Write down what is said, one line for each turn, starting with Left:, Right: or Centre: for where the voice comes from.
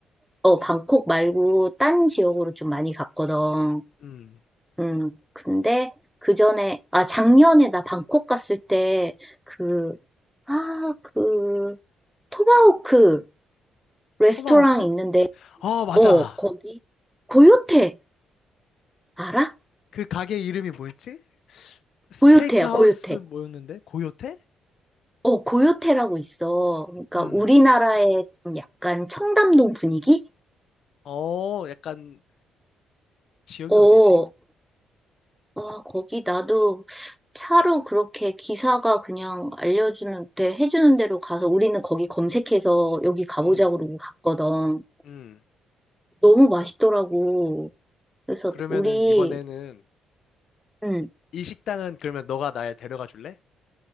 Centre: 어, 방콕 말고 딴 지역으로 좀 많이 갔거든.
Left: 음.
Centre: 음, 근데 그 전에 아 작년에 나 방콕 갔을 때 그 아, 그 토바호크 레스토랑
Left: 토마호크?
Centre: 있는데
Left: 아, 맞아.
Centre: 어, 거기, 고요태, 알아?
Left: 그 가게 이름이 뭐였지? 스테이크
Centre: 고요태야,
Left: 하우스
Centre: 고요태.
Left: 뭐였는데? 고요태?
Centre: 어, 고요태라고 있어. 그러니까
Left: 음.
Centre: 우리나라의 좀 약간 청담동 분위기?
Left: 어, 약간 지역이
Centre: 어,
Left: 어디지?
Centre: 어, 거기 나도 차로 그렇게 기사가 그냥 알려주는, 데 해주는 대로 가서 우리는 거기 검색해서 여기 가보자
Left: 음.
Centre: 그러고 갔거든.
Left: 음.
Centre: 너무 맛있더라고. 그래서
Left: 그러면은
Centre: 우리,
Left: 이번에는
Centre: 음.
Left: 이 식당은 그러면 너가 날 데려가 줄래?